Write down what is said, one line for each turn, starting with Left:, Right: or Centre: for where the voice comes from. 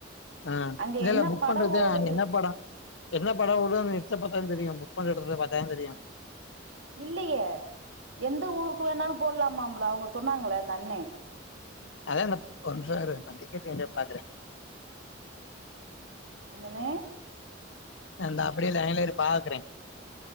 Left: ஆஹ்
Right: அங்க
Left: இ
Right: என்ன
Left: இல்ல புக்
Right: பட
Left: பண்றது
Right: ஓடுது
Left: என்ன படம் என்ன படம் ஓடுது லிஸ்டா பாத்தாதான் தெரியும் புக் பண்ண எடத்துல பாத்தாதான் தெரியும்
Right: இல்லயே எந்த ஊருக்கு வேணாலும் போடலாமாம்லா அவங்க சொன்னாங்கள அந்த அண்ணே
Left: அதான்ந்த கொஞ்சம் இரு டிக்கெட் வழியா பாக்குறேன்
Right: என்னனே
Left: அந்த அப்டி லைன்லியே இரு பாக்குறேன்